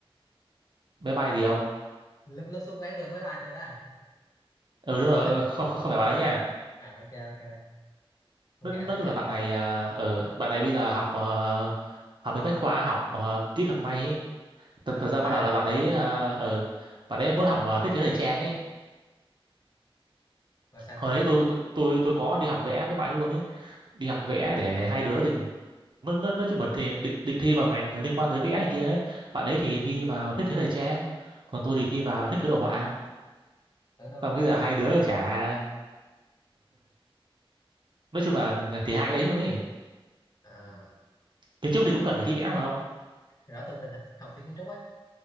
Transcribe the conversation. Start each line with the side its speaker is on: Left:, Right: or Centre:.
Right: Bé bay gì không
Left: Lúc lúc xuống quán tôi nó bye bye tôi đó.
Right: ừ
Left: <laughs>
Right: đúng rồi ờ, không không không phải bạn ấy nha
Left: à ok ok. Ông
Right: nói,
Left: kể
Right: nói
Left: thử
Right: chung
Left: xem.
Right: là bạn này ờ ừ, bạn này bây giờ học ờ, học bên bách khoa học ờ, kỹ thuật may ấy
Left: À
Right: thật, thật
Left: Bách
Right: ra
Left: Khoa
Right: ban
Left: hả?
Right: đầu là bạn ấy ờ ừ, bạn ấy muốn học ờ, thiết kế thời trang ấy
Left: rồi sao
Right: hồi
Left: nữa
Right: đấy tôi tôi tôi có đi học vẽ với bạn ấy luôn ấy đi học vẽ để hai đứa định nói, nói, nói chung là thì định định thi vào ngành liên quan tới vẽ này kia ấy bạn ấy thì thi vào thiết kế thời trang còn tôi thì thi vào thiết kế đồ họa
Left: ở đâu
Right: xong
Left: kiến
Right: cái giờ
Left: trúc
Right: hai đứa chả nói chung là
Left: Chà,
Right: thì hai cái đấy luôn ấy
Left: à,
Right: kiến trúc thì cũng cần phải thi vẽ mà không
Left: hồi đó tôi cũng định học, học thi kiến trúc ấy